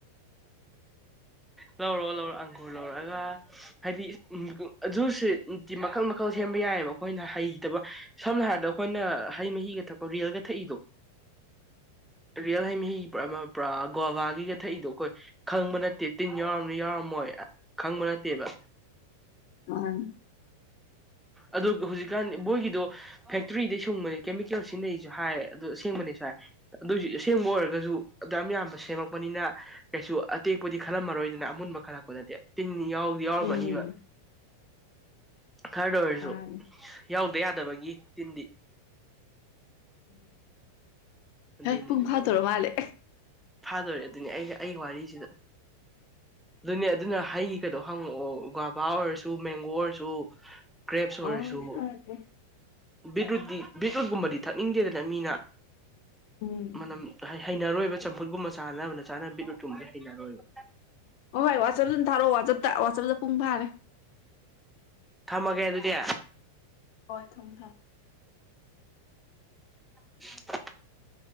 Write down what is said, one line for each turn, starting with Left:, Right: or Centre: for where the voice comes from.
Centre: ꯂꯧꯔꯣ ꯂꯧꯔ ꯂꯧꯔꯒ ꯍꯥꯏꯗꯤ ꯖꯨꯁꯦ ꯅꯨꯡꯇꯤ ꯃꯈꯜ ꯃꯈꯜ ꯁꯦꯝꯕ ꯌꯥꯏꯑꯕ ꯑꯩꯈꯣꯏꯅ ꯍꯩꯇꯕ ꯁꯝꯅ ꯍꯥꯏꯔꯕꯗ ꯑꯩꯈꯣꯏꯅ ꯍꯩ ꯃꯍꯤꯒ ꯊꯛꯄ ꯔꯤꯌꯦꯜꯒ ꯊꯛꯏꯗꯣ ꯔꯤꯌꯦꯜ ꯍꯩ ꯃꯍꯤ ꯄꯨꯔꯥ ꯄꯤꯔꯥ ꯒꯣꯕꯥꯒꯤꯒ ꯊꯛꯏꯗꯣ ꯑꯩꯈꯣꯏ ꯈꯪꯕ ꯅꯠꯇꯦ꯫ ꯇꯤꯟ ꯌꯥꯎꯔꯝꯅꯤ ꯌꯥꯎꯔꯝꯃꯣꯏ ꯈꯪꯕ ꯅꯠꯇꯦꯕ꯫
Left: ꯃꯥꯅꯤ꯫
Centre: ꯑꯗꯨ ꯍꯧꯖꯤꯛꯀꯥꯟ ꯃꯣꯏꯒꯤꯗꯣ ꯐꯦꯛꯇ꯭ꯔꯤꯗꯩ ꯁꯨꯡꯕꯅꯦ ꯀꯦꯃꯤꯀꯦꯜ ꯁꯤꯖꯤꯟꯅꯩꯁꯨ ꯍꯥꯏ ꯑꯗꯨ ꯑꯁꯦꯡꯕꯅꯦꯁꯨ ꯍꯥꯏ ꯑꯗꯨꯁꯨ ꯑꯁꯦꯡꯕ ꯑꯣꯏꯔꯒꯁꯨ ꯑꯗꯨꯌꯥꯝ ꯌꯥꯝꯕ ꯁꯦꯝꯃꯛꯄꯅꯤꯅ ꯀꯩꯁꯨ ꯑꯇꯦꯛꯄꯗꯤ ꯈꯜꯂꯝꯃꯔꯣꯏꯗꯅ ꯑꯃꯨꯟꯕ ꯈꯜꯂꯛꯄꯗꯗꯤ ꯇꯤꯟꯅꯤ ꯌꯥꯎꯗꯤ ꯌꯥꯎꯕꯅꯤꯕ꯫
Left: ꯎꯝ
Centre: ꯈꯔꯗ ꯑꯣꯏꯔꯁꯨ
Left: ꯃꯥꯅꯤ
Centre: ꯌꯥꯎ ꯗ ꯌꯥꯗꯕꯒꯤ ꯇꯤꯟꯗꯤ
Left: ꯎꯝ
Centre: ꯑꯗꯨꯅꯤꯗ
Left: ꯍꯩ ꯄꯨꯡ ꯐꯥꯗꫭꯔ
Centre: ꯇꯧꯔꯤ
Left: ꯃꯥꯜꯂꯦ꯫
Centre: ꯐꯥꯗꯣꯔꯦ ꯑꯗꯨꯅꯦ ꯑꯩꯅ ꯑꯩ ꯋꯥꯔꯤꯁꯤꯗ ꯑꯗꯨꯅꯦ ꯑꯗꯨꯅ ꯍꯩ ꯀꯩꯗꯣ ꯍꯪꯉꯛꯑꯣ ꯒꫭꯑꯥꯕꯥ ꯑꯣꯏꯔꯁꯨ ꯃꯦꯡꯒꯣ ꯑꯣꯏꯔꯁꯨ ꯀ꯭ꯔꯦꯞꯁ
Left: ꯑꯣ
Centre: ꯑꯣꯏꯔꯁꯨ
Left: ꯊꯥꯔꯛꯀꯦ
Centre: ꯕꯤꯠꯔꯨꯠꯗꯤ ꯕꯤꯠꯔꯨꯠꯒꯨꯝꯕꯗꯤ ꯊꯛꯅꯤꯡꯗꯦꯗꯅ ꯃꯤꯅ
Left: ꯎꯝ
Centre: ꯃꯅꯝ ꯍꯥꯏ ꯍꯩꯅꯔꯣꯏꯕ ꯆꯝꯐꯨꯠꯀꯨꯝꯕ ꯆꯥꯅꯕꯅ ꯆꯥꯅꯕ ꯕꯤꯠꯔꯨꯠꯀꯨꯝꯕꯗꯤ ꯍꯩꯅꯔꯣꯏꯕ꯫
Left: ꯍꯣꯏ ꯋꯥꯆꯞꯅ ꯊꯥꯔꯛꯑꯣ ꯋꯥꯆꯞ ꯇ ꯋꯥꯆꯞꯇ ꯄꯨꯡ ꯐꯥꯔꯦ꯫
Centre: ꯊꯝꯑꯒꯦ ꯑꯗꯨꯗꯤ꯫ <inaudible>
Left: ꯍꯣꯏ ꯊꯝꯃꯦ ꯊꯝꯃꯦ
Centre: <inaudible>